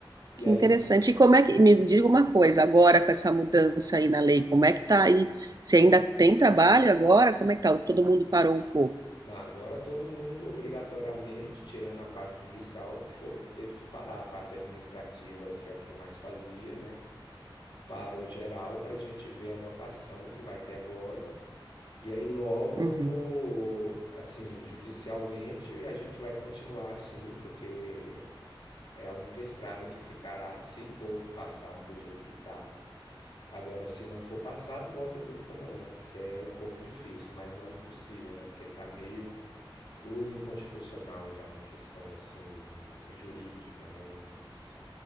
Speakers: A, on the left; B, on the right.
A: E
B: Que
A: aí,
B: interessante.
A: f-
B: E como é que, me diga uma coisa, agora com essa mudança aí na lei, como é que tá aí? Você ainda tem trabalho agora? Como é que tá? Todo mundo parou um pouco.
A: não, agora todo mundo, obrigatoriamente, tirando a parte judicial, fo- teve que parar a parte administrativa, que é a que eu mais fazia, né? Parou geral para a gente ver a votação que vai ter agora. E aí logo
B: Uhum.
A: eu vou, assim, judicialmente a gente vai continuar assim, porque É a única estrada que ficará se for passado do jeito que está. Agora, se não for passado, volta tudo como antes, que é um pouco difícil, mas não impossível, né? Porque está meio tudo inconstitucional já na questão assim jurídica, né, disso.